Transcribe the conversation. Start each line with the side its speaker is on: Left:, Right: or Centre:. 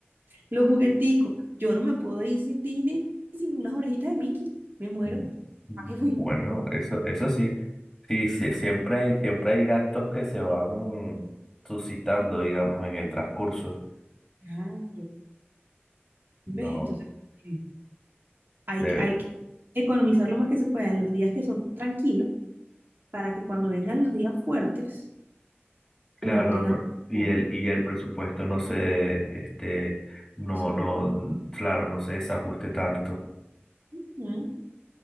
Right: los jugueticos. Yo no me puedo ir sin Disney, sin unas orejitas de Mickey. Me muero.
Centre: Mm, Bueno,
Right: ¿Para qué fui?
Centre: eso, eso sí, sí, sí, siempre hay, siempre hay gastos que se van suscitando, digamos, en el transcurso.
Right: Claro.
Centre: No,
Right: ¿Ves? Entonces, eh, hay
Centre: de,
Right: que, hay que economizar lo más que se pueda en los días que son tranquilos para que cuando vengan los días fuertes,
Centre: claro,
Right: uno tenga
Centre: no, y
Right: como
Centre: el, y el presupuesto no se, este, no,
Right: esas
Centre: no, claro, no se desajuste tanto.
Right: opciones.